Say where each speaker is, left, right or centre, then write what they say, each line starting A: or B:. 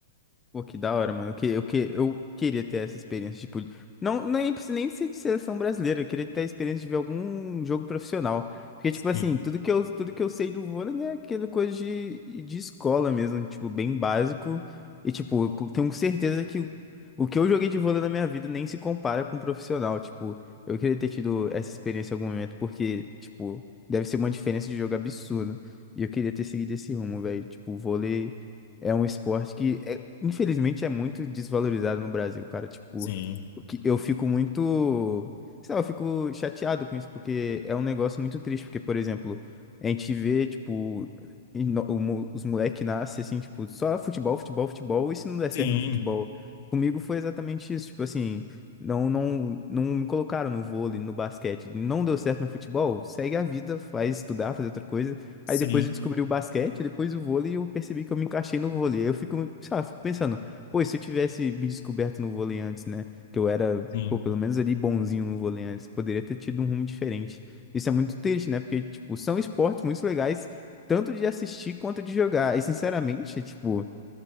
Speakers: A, on the left; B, on the left.
A: Pô, que da hora, mano. Eu, que, eu, que, eu queria ter essa experiência, tipo, não, nem precisa nem ser de seleção brasileira, eu queria ter a experiência de ver algum jogo profissional. Porque,
B: Sim,
A: tipo assim, tudo que eu, tudo que eu sei do vôlei, né, é aquela coisa de, de escola mesmo, tipo, bem básico. E, tipo, eu co- tenho certeza que o o que eu joguei de vôlei na minha vida nem se compara com um profissional. Tipo, eu queria ter tido essa experiência em algum momento, porque, tipo, deve ser uma diferença de jogo absurda. E eu queria ter seguido esse rumo, velho. Tipo, vôlei. É um esporte que, é- infelizmente, é muito desvalorizado no Brasil, cara. Tipo,
B: sim,
A: o que eu fico muito. Sei lá, eu fico chateado com isso, porque é um negócio muito triste. Porque, por exemplo, a gente vê, tipo, em no- o mo- os moleques nascem assim, tipo, só futebol, futebol, futebol, e se não der
B: sim,
A: certo no futebol? Comigo foi exatamente isso. Tipo assim, não, não, não me colocaram no vôlei, no basquete. Não deu certo no futebol, segue a vida, faz estudar, fazer outra coisa.
B: sim,
A: Aí depois eu descobri o basquete, depois o vôlei, e eu percebi que eu me encaixei no vôlei. Aí Eu fico, sei lá, fico pensando, pô, e se eu tivesse me descoberto no vôlei antes, né? Que eu era,
B: sim,
A: pô, pelo menos ali bonzinho no vôlei antes, poderia ter tido um rumo diferente. Isso é muito triste, né? Porque, tipo, são esportes muito legais, tanto de assistir quanto de jogar. E, sinceramente, tipo.